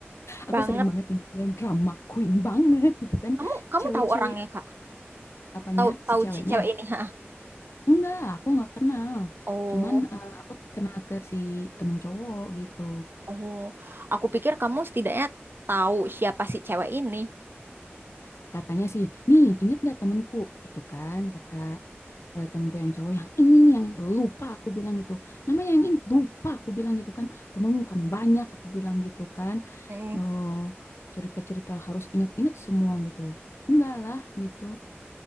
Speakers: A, on the left; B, on the right.
A: aku
B: Banget.
A: sering banget nyebutnya drama queen banget gitu kan.
B: Kamu kamu
A: Cewek-cewek
B: tahu orangnya, Kak?
A: apanya
B: Tahu
A: si
B: tahu
A: ceweknya?
B: si cewek ini, ha?
A: Enggak, aku nggak kenal.
B: Oh.
A: Cuman eh, aku kenal ke si temen cowok gitu.
B: Oh, aku pikir kamu setidaknya tahu siapa si cewek ini.
A: katanya sih, nih inget gak temanku gitu kan, kata eh, temanku yang cowok yang ini nih yang lupa aku bilang gitu, namanya yang ini lupa aku bilang gitu kan, temenmu kan banyak aku bilang gitu kan,
B: Mm.
A: Eh, cerita-cerita harus inget-inget semua gitu, enggak lah gitu,